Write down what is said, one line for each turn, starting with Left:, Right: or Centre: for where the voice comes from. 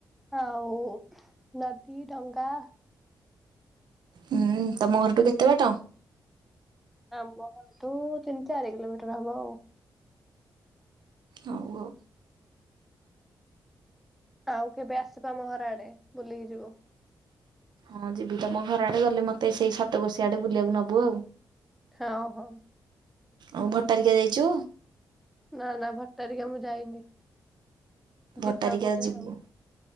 Centre: ଆଉ ନଦୀ, ଡଙ୍ଗା।
Right: ହୁଁ ତମ ଘରଠୁ କେତେ ବାଟ?
Centre: ଆମ ଘରଠୁ ତିନି ଚାରି କିଲୋମିଟର ହବ ଆଉ।
Right: ହଉ ଆଉ।
Centre: ଆଉ କେବେ ଆସିବ ଆମ ଘର ଆଡେ ବୁଲିକି ଯିବୁ।
Right: ହଁ ଯିବି ତମ ଘର ଆଡେ ଗଲେ ମତେ ସେଇ ସାତକୋଷିଆଡେ ବୁଲିବାକୁ ନବୁ ଆଉ।
Centre: ହଁ ହଉ।
Right: ଆଉ ଭଟାରିକା ଯାଇଛୁ?
Centre: ନା ନା ଭଟାରିକା ମୁଁ ଯାଇନି। ଯିବା
Right: ଭଟ୍ଟାରିକା
Centre: କେବେ
Right: ଯିବୁ
Centre: ଆଉ